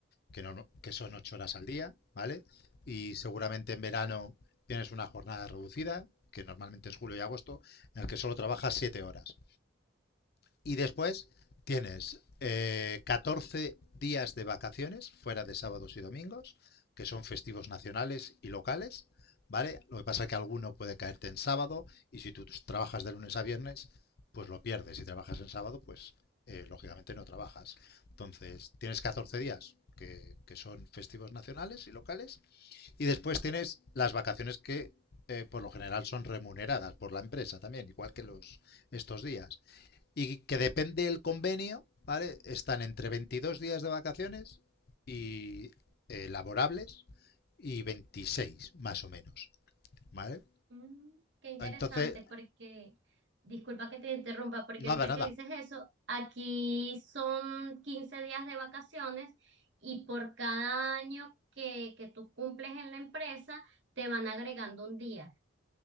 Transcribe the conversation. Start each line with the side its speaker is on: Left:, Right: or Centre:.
Left: que, no, que son ocho horas al día, ¿vale? Y seguramente en verano tienes una jornada reducida, que normalmente es julio y agosto, en el que solo trabajas siete horas. Y después tienes eh, 14 días de vacaciones fuera de sábados y domingos, que son festivos nacionales y locales, ¿vale? Lo que pasa es que alguno puede caerte en sábado y si tú trabajas de lunes a viernes, pues lo pierdes. Si trabajas en sábado, pues eh, lógicamente no trabajas. Entonces, tienes 14 días que, que, son festivos nacionales y locales y después tienes las vacaciones que eh, por lo general son remuneradas por la empresa también, igual que los estos días y que depende del convenio, ¿vale? Están entre 22 días de vacaciones y eh, laborables y 26 más o menos, ¿vale?
Right: Mm, qué interesante,
Left: Entonces,
Right: porque, disculpa que te interrumpa, porque ahorita
Left: nada, nada.
Right: que dices eso, aquí son 15 días de vacaciones y por cada año que, que tú cumples en la empresa, te van agregando un día.